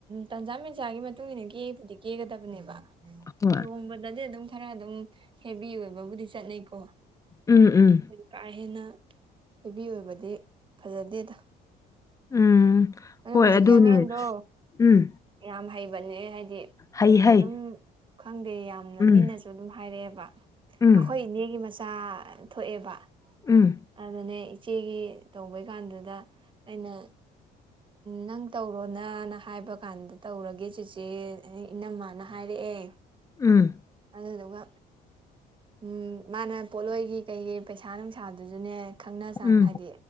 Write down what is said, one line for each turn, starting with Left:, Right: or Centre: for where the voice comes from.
Right: ꯇꯟꯖꯥ ꯃꯦꯅꯖꯥ ꯒꯤ ꯃꯇꯨꯡ ꯏꯟꯅ ꯀꯦꯕꯨꯗꯤ ꯀꯦꯒꯗꯕꯅꯦꯕ
Left: ꯍꯣꯏ
Right: ꯇꯣꯡꯕꯗꯗꯤ ꯑꯗꯨꯝ ꯈꯔ ꯑꯗꯨꯝ ꯍꯦꯕꯤ ꯑꯣꯏꯕꯕꯨꯗꯤ ꯆꯠꯅꯩꯀꯣ
Left: ꯎꯝ ꯎꯝ
Right: ꯀꯥ ꯍꯦꯟꯅ ꯍꯦꯕꯤ ꯑꯣꯏꯕꯗꯤ ꯐꯖꯗꯦꯗ
Left: ꯎꯝ
Right: ꯑꯩ
Left: ꯍꯣꯏ
Right: ꯍꯨꯖꯤꯛꯀꯤ
Left: ꯑꯗꯨꯅꯦ
Right: ꯑꯉꯥꯡꯗꯣ
Left: ꯎꯝ
Right: ꯌꯥꯝ ꯍꯩꯕꯅꯦ ꯍꯥꯏꯗꯤ
Left: ꯍꯩ ꯍꯩ
Right: ꯑꯗꯨꯝ ꯈꯪꯗꯦ ꯌꯥꯝꯅ
Left: ꯎꯝ
Right: ꯃꯤꯅꯁꯨ ꯑꯗꯨꯝ ꯍꯥꯏꯔꯛꯑꯦꯕ
Left: ꯎꯝ
Right: ꯑꯩꯈꯣꯏ ꯏꯅꯦꯒꯤ ꯃꯆꯥ ꯊꯣꯛꯑꯦꯕ
Left: ꯎꯝ
Right: ꯑꯗꯨꯅꯦ ꯏꯆꯦꯒꯤ ꯇꯧꯕꯩ ꯀꯥꯟꯗꯨꯗ ꯑꯩꯅ ꯅꯪ ꯇꯧꯔꯣ ꯅꯅ ꯍꯥꯏꯕ ꯀꯥꯟꯗ ꯇꯧꯔꯒꯦ ꯆꯦꯆꯦ ꯏꯅꯝꯃꯅ ꯍꯥꯏꯔꯛꯑꯦ
Left: ꯎꯝ
Right: ꯑꯗꯨꯗꯨꯒ ꯎꯝ ꯃꯥꯅ ꯄꯣꯠꯂꯣꯏꯒꯤ ꯀꯩꯒꯤ ꯄꯩꯁꯥ ꯅꯨꯡꯁꯥꯗꯨꯁꯨꯅꯦ ꯈꯪꯅ ꯆꯥꯟꯅ
Left: ꯎꯝ
Right: ꯍꯥꯏꯗꯤ